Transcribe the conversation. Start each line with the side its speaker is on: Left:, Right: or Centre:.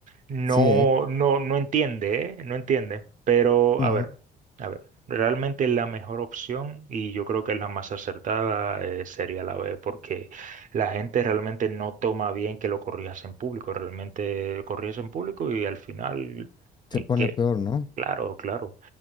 Right: No,
Left: sí,
Right: no, no entiende, ¿eh? No entiende. Pero,
Left: ¿eh?
Right: a ver, a ver, realmente la mejor opción, y yo creo que es la más acertada, eh, sería la B, porque la gente realmente no toma bien que lo corrijas en público. Realmente corrías en público y al final
Left: Se
Right: hay
Left: pone
Right: que,
Left: peor, ¿no?
Right: claro, claro,